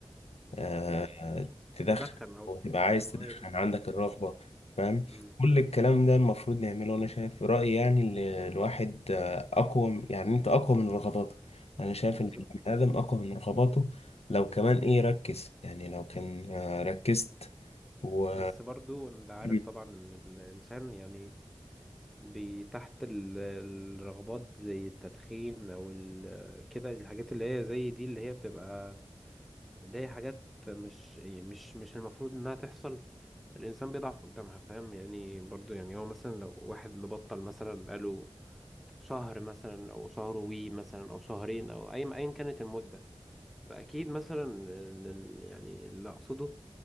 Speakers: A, on the left (about 80°); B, in the centre.
A: آه،
B: مم.
A: تدخن
B: تدخن أو
A: أو تبقى عايز
B: أو
A: تدخن
B: أيوه
A: عندك الرغبة فاهم
B: مم.
A: كل الكلام ده المفروض نعمله أنا شايف في رأيي يعني ال- الواحد آه، أقوى يعني أنت أقوى من رغباتك أنا شايف
B: بالظبط
A: إن البني آدم أقوى من رغباته لو كمان إيه ركز يعني لو كان آه، ركزت و
B: بس برضو انت عارف
A: مم.
B: طبعا ان الانسان يعني بي- تحت ال- الرغبات زي التدخين او ال- كده الحاجات اللي هي زي دي اللي هي بتبقى اللي هي حاجات مش مش مش المفروض انها تحصل الانسان بيضعف قدامها فاهم يعني برضو يعني هو مثلا لو واحد مبطل مثلا بقاله شهر مثلا او شهر وي مثلا او شهرين او اي ايا كانت المدة فاكيد مثلا ال- ال- يعني اللي اقصده